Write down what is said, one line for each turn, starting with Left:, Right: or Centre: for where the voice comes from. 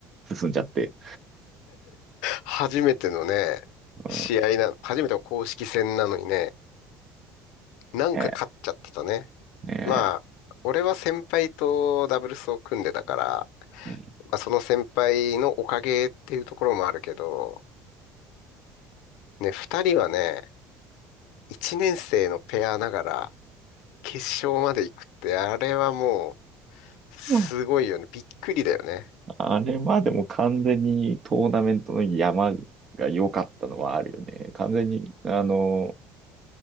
Right: 進んじゃって。
Left: 初めてのね、
Right: うん、
Left: 試合な、初めての公式戦なのにね、なんか勝っちゃってたね。
Right: ねえ、ね
Left: まあ、俺は先輩とダブルスを組んでたから、
Right: え。
Left: まあ、その先輩のおかげっていうところもあるけど、ね、二人はね、一年生のペアながら決勝まで行くって、あれはもう、すごいよね。
Right: うん、
Left: びっくりだよね。
Right: あれまでも完全にトーナメントの山が良かったのはあるよね。完全に、あの、